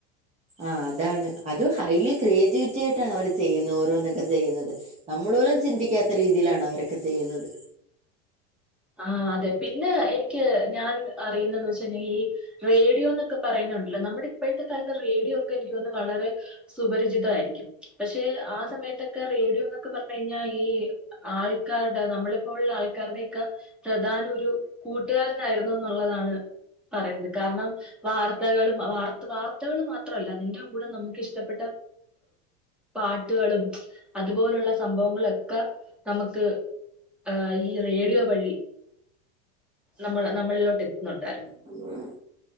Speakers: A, on the right (about 20°); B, in the centre.
A: ആ അതാണ് അത് ഹൈലി ക്രിയേറ്റിവിറ്റി ആയിട്ടാണ് അവർ ചെയ്യുന്നത് ഓരോന്നൊക്ക ചെയ്യുന്നത് നമ്മളോലും ചിന്തിക്കാത്ത രീതിയിലാണ് അവരൊക്കെ ചെയ്യുന്നത്
B: ആ അതെ പിന്നെ എനിക്ക് ഞാൻ അറിയുന്നന്ന് വെച്ചൽ ഈ റേഡിയോ എന്നൊക്കെ പറയുന്നുണ്ടല്ലോ നമ്മുടെ ഇപ്പോഴത്തെ കാലത്ത് റേഡിയോ ഒക്കെ എനിക്ക് തന്നന്ന് വളരെ സുപരിചിതയിരിക്കും പക്ഷെ ആ സമയത്തൊക്കെ റേഡിയോ എന്നൊക്കെ പറഞ്ഞു കഴിഞ്ഞാൽ ഈ ആൾക്കാരുടെ നമ്മളിപ്പോൾ ആൾക്കാരുടെ ഇക്കപ്രധാന ഒരു കൂട്ടുകാരനായിരുന്നു എന്നുള്ളതാണ് പറയുന്നത് കാരണം വാർത്തകളും വർത്ത വാർത്തകള് മാത്രല്ല അതിന്റെ കൂടെ നമുക്ക് ഇഷ്ടപ്പെട്ടഅവ് പാട്ടുകളും അതുപോലുള്ള സംഭവങ്ങളൊക്കെ നമുക്ക് ആ് ഈ റേഡിയോ വഴി നമ്മൾ നമ്മളിലോട്ട് എത്തുന്നുണ്ടായിരുന്നു
A: <inaudible>